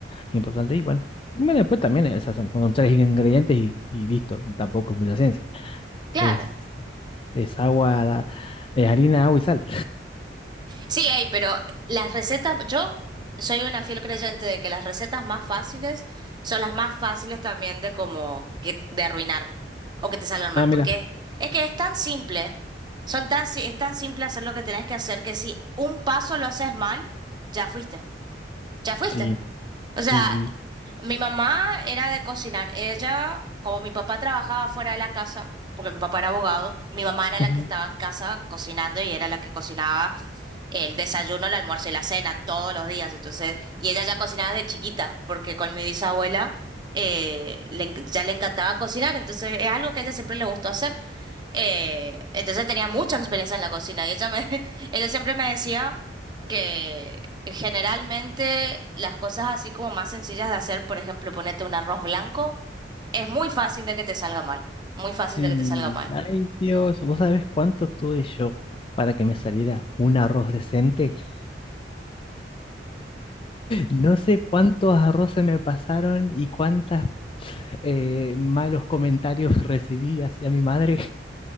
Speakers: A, on the left; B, on the right.
A: importante. Y bueno, bueno, después también esas son, son tres ingredientes y, y listo. Tampoco es mucha ciencia.
B: Claro.
A: Es, es agua, es harina, agua y sal.
B: Sí, hay, pero las recetas, yo soy una fiel creyente de que las recetas más fáciles son las más fáciles también de como que de arruinar o que te salgan mal,
A: Ah, mira.
B: porque es que es tan simple, son tan, si- es tan simple hacer lo que tenés que hacer que si un paso lo haces mal, ya fuiste, ya fuiste.
A: Sí,
B: O sea,
A: sí, sí.
B: mi mamá era de cocinar, ella, como mi papá trabajaba fuera de la casa, porque mi papá era abogado, mi mamá era la
A: Ujú.
B: que estaba en casa cocinando y era la que cocinaba el desayuno, el almuerzo y la cena todos los días. Entonces, y ella ya cocinaba de chiquita, porque con mi bisabuela eh, le enc- ya le encantaba cocinar, entonces es algo que a ella siempre le gustó hacer. Eh, entonces tenía mucha experiencia en la cocina y ella me, <laughs> ella siempre me decía que generalmente las cosas así como más sencillas de hacer, por ejemplo, ponerte un arroz blanco, es muy fácil de que te salga mal. Muy fácil
A: Sí.
B: de que te salga mal.
A: Ay, Dios, ¿vos sabés cuánto tuve yo para que me saliera un arroz decente? <laughs> No sé cuántos arroces me pasaron y cuántas eh, malos comentarios <laughs> recibí hacia mi madre.